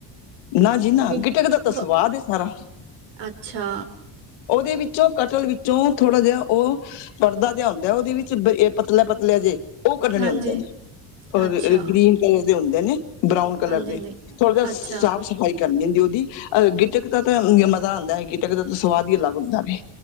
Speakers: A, on the left; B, on the right.
A: ਨਾ ਜੀ ਨਾ
B: ਗਿ
A: ਗਿਟਕ ਦਾ ਤਾਂ
B: ਵ
A: ਸਵਾਦ ਸਾਰਾ।
B: ਅੱਛਾ
A: ਉਹਦੇ ਵਿੱਚੋਂ ਕਟਲ ਵਿੱਚੋਂ ਥੋੜ੍ਹਾ ਜਿਹਾ ਉਹ ਪੜ੍ਹਦਾ ਜਿਹਾ ਹੁੰਦਾ। ਉਹਦੇ ਵਿੱਚ ਪਤਲੇ-ਪਤਲੇ ਜੇ ਉਹ ਕੱਢਣੇ
B: ਹਾਂਜੀ
A: ਹੁੰਦੇ ਨੇ
B: ਅੱਛਾ
A: ਗੀਨ ਕਲਰ ਦੇ ਹੁੰਦੇ ਨੇ ਬਰਾਊਨ ਕਲਰ
B: ਹਾਂਜੀ
A: ਦੇ
B: ਹਾਂਜੀ
A: ਥੋੜ੍ਹਾ ਜਿਹਾ
B: ਅੱਛਾ
A: ਸਾਫ਼-ਸਫ਼ਾਈ ਕਰਨੀ ਹੁੰਦੀ‌ਉਹਦੀ ਅਹ ਗਿਟਕ ਤਾਂ ਮਜ਼ਾ ਆਉਂਦਾ ਹੈ। ਗਿੱਟਕ ਦਾ ਤਾਂ ਸਵਾਦ ਹੀ ਅਲੱਗ ਹੁੰਦਾ ਹੇ।